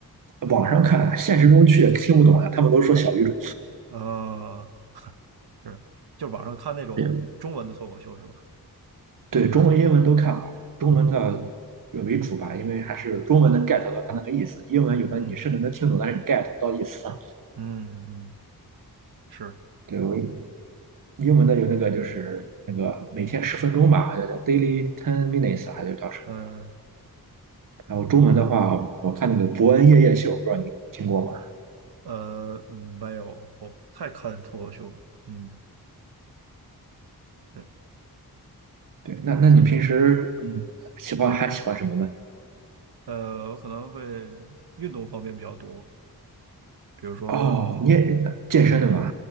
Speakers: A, on the right; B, on the right.
A: 网上看，现实中去也听不懂呀，他们都说小语种。
B: 呃，是，就网上看那种中文的脱口秀是吧？
A: <laughs> 也对，对中文、英文都看吧，中文的为主吧，因为还是中文能 get 到它那个意思，英文有的你甚至能听懂，
B: 嗯
A: 但是你 get 不到意思啊。
B: 嗯嗯，是，
A: <laughs> 对，我英文的有那个就是那个每天十分钟吧，好像叫 daily ten minutes，还是叫什么？
B: 嗯
A: 然后中文的话，我看那个《伯恩夜夜秀》，不知道你听过吗？
B: 呃，嗯没有，我不太看脱口秀。嗯，对，
A: 对，那那你平时嗯喜欢还喜欢什么呢？
B: 这呃，我可能会运动方面比较多，比如说
A: 哦，你也健身的嘛？